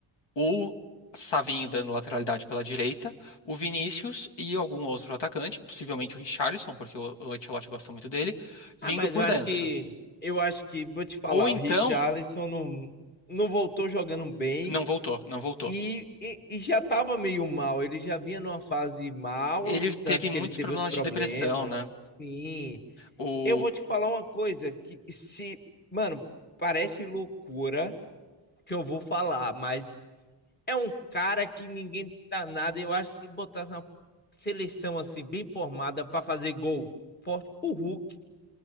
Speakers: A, on the left; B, on the left.
A: o Savinho dando lateralidade pela direita, o Vinícius e algum outro atacante, possivelmente o Richarlison, porque o o Ancelotti gosta muito dele,
B: Ah,
A: vindo
B: mas
A: por
B: eu acho
A: dentro.
B: que eu acho que vou te falar,
A: Ou então,
B: o Richarlison não não voltou jogando bem
A: não voltou, não voltou.
B: e, e, e já tava meio mal, ele já vinha numa fase mal,
A: Ele teve
B: tanto que
A: muitos
B: ele teve
A: problemas
B: os problemas.
A: de depressão, né?
B: Sim.
A: O
B: Eu vou te falar uma coisa que se, mano, parece loucura, que eu vou falar, mas é um cara que ninguém dá nada. Eu acho que se botasse na seleção assim, bem formada, para fazer gol forte, o Hulk.